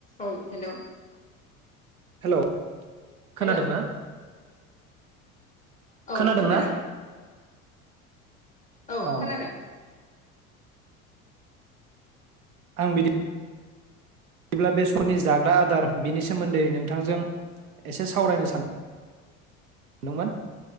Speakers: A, on the left (about 15°); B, on the right (about 80°).
A: औ hello
B: hello.
A: Hello
B: खोनादोंना?
A: औ
B: खोनादोंना?
A: खोनादों औ
B: अ
A: खोनादों
B: आं बिदि बिदिब्ला बेसरनि जाग्रा आदार बिनि सोमोन्दै नोंथांजों एसे सावरायनो सान दोंमोन।